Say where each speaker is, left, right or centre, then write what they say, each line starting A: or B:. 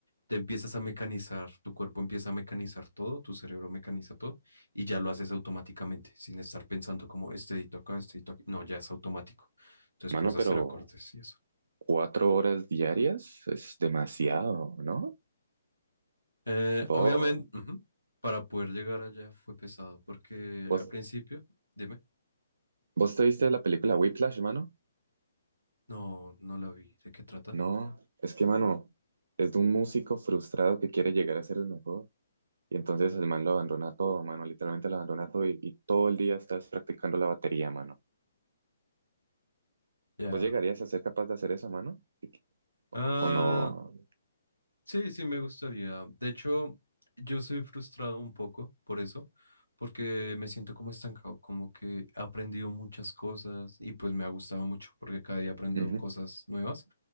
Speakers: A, on the right (about 90°); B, on the right (about 55°).
A: te empiezas a mecanizar, tu cuerpo empieza a mecanizar todo, tu cerebro mecaniza todo y ya lo haces automáticamente, sin estar pensando como este dedito acá, este dedito aquí. No, ya es automático. Entonces
B: Mano,
A: puedes hacer
B: pero
A: acordes y eso.
B: cuatro horas diarias es demasiado, ¿no?
A: Eh,
B: Vos,
A: obviamente, ujú, para poder llegar allá fue pesado, porque
B: vos,
A: al principio, dime,
B: vos te viste la película Whiplash, mano?
A: no, no la vi, ¿de qué trata?
B: No, es que, mano, es de un músico frustrado que quiere llegar a ser el mejor. Y entonces el man lo abandona todo, mano, literalmente lo abandona todo y, y todo el día estás practicando la batería, mano.
A: Ya.
B: ¿Pues llegarías a ser capaz de hacer eso, mano? Sí,
A: Ah,
B: ¿O no?
A: Sí, sí, me gustaría. De hecho, yo soy frustrado un poco por eso, porque me siento como estancado, como que he aprendido muchas cosas y pues me ha gustado mucho porque cada día aprendo
B: Ujú.
A: cosas nuevas,